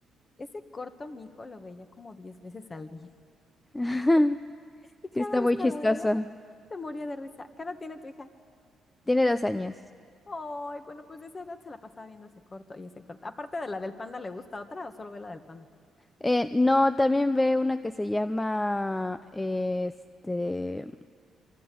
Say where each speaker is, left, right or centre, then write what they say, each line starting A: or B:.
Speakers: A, on the left; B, on the left.
A: ese corto mi hijo lo veía como 10 veces al día.
B: <laughs>
A: <laughs> Y
B: Sí,
A: cada
B: está
A: vez
B: muy
A: que
B: chistoso.
A: lo veía, se moría de risa. ¿Qué edad tiene tu hija?
B: Tiene dos años.
A: Ay, bueno, pues de esa edad se la pasaba viendo ese corto y ese corto. Aparte de la del panda, ¿le gusta otra o solo ve la del panda?
B: Eh, no, también ve una que se llama, eh, este,